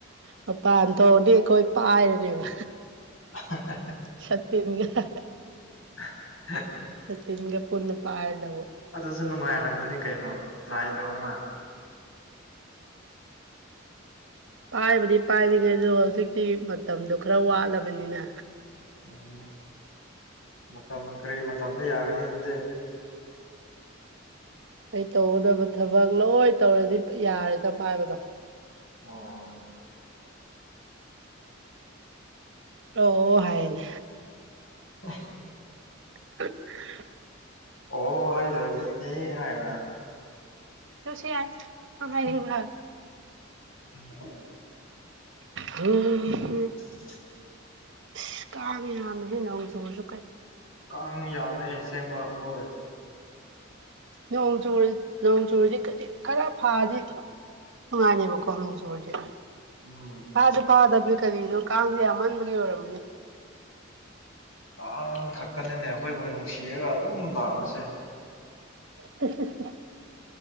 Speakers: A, on the right; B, on the left.
A: ꯃꯄꯥꯟ ꯊꯣꯛꯑꯗꯤ ꯑꯩꯈꯣꯏ ꯄꯥꯏꯔꯅꯦꯕ
B: <inaudible>
A: ꯁꯇꯤꯟꯒ
B: <inaudible>
A: ꯇꯤꯟꯒ ꯄꯨꯅꯨ ꯄ ꯍꯥꯏꯗꯣ
B: ꯑꯗꯨꯁꯨ ꯅꯨꯡꯉꯥꯏꯔꯝꯒꯅꯤ ꯀꯩꯅꯣ ꯇ꯭ꯔꯥꯏ ꯇꯧꯅ
A: ꯄꯥꯏꯕꯗꯤ ꯄꯥꯏꯔꯤꯉꯩ ꯑꯗꯣ ꯍꯧꯖꯤꯛꯇꯤ ꯃꯇꯝꯗꯣ ꯈꯔ ꯋꯥꯠꯂꯕꯅꯤꯅ
B: ꯎꯝ ꯃꯇꯝ ꯀꯔꯤ ꯃꯇꯝꯗ ꯌꯥꯒꯅꯤ ꯑꯗꯨꯗꯤ
A: ꯑꯩ ꯇꯧꯒꯗꯕ ꯊꯕꯛ ꯂꯣꯏ ꯇꯧꯔꯗꯤ ꯌꯥꯔꯦꯗ ꯄꯥꯏꯕꯗꯣ
B: ꯑꯣ
A: ꯑꯣ ꯍꯥꯏꯅꯦ
B: ꯑ
A: <unintelligible>
B: ꯑꯣ ꯍꯥꯏꯗ꯭ꯔꯗꯤ ꯑꯦ ꯍꯥꯏꯕ꯭ꯔꯥ
A: ꯆ ꯁꯤ ꯌꯥꯏ ꯀꯉꯥꯏꯅꯤꯡꯚ
B: ꯎꯝ
A: ꯎꯝ
B: ꯎꯝ
A: ꯏꯁ ꯀꯥꯡꯉꯦ ꯌꯥꯝꯃꯦꯍꯦ ꯅꯣꯡ ꯆꯨꯕꯁꯨ ꯀꯩꯅꯣ
B: ꯀꯥꯡ ꯌꯥꯝꯃꯦ ꯑꯁꯦꯡꯕ ꯍꯣꯏ
A: ꯅꯣꯡ ꯆ ꯅꯣꯡ ꯆꯨꯔꯁꯤ ꯈꯔ ꯐꯥꯗꯤ ꯅꯨꯡꯉꯥꯏꯅꯦꯕꯀꯣ ꯅꯅꯨꯡꯁꯨꯨꯔꯗꯤꯦ
B: ꯎꯝ
A: ꯀꯥꯗꯨ ꯐꯥꯗꯕꯅꯤ ꯀꯔꯤꯅꯣ ꯀꯥꯡꯁꯦ ꯌꯥꯝꯃꯟꯕꯒꯤ ꯑꯣꯏꯔꯝꯃꯅꯤ
B: ꯀꯥꯡ ꯈꯛꯇꯅꯅꯦ ꯑꯩꯈꯣꯏꯕꯨ ꯅꯨꯡꯁꯤꯔꯒ ꯑꯗꯨꯝ ꯂꯥꯛꯄꯁꯦ
A: ꯇꯁ